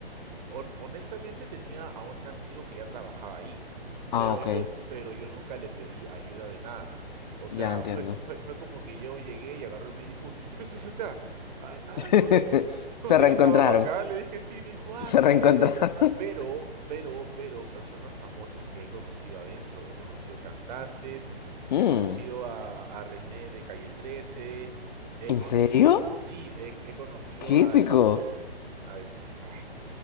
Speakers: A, on the right; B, on the left.
A: hon- honestamente tenía a un amigo que ya trabajaba ahí,
B: Ah,
A: pero
B: ok,
A: yo, pero yo nunca le pedí ayuda de nada. O sea,
B: ya entiendo.
A: fue, fue, fue como que yo llegué y agarró y me dijo, ¿y tú qué haces acá? Ah, nada,
B: <laughs>
A: conse- conseguí
B: Se reencontraron,
A: trabajo acá. Le dije, sí, me dijo, ah,
B: se
A: qué
B: reencontraron.
A: chévere.
B: <laughs>
A: Pero, pero, pero, personas famosas que he conocido adentro. He conocido cantantes,
B: Mm,
A: he conocido a, a René de Calle trece he
B: ¿en
A: conocido,
B: serio?
A: sí, he, he conocido
B: Qué
A: al,
B: épico.
A: al, ah,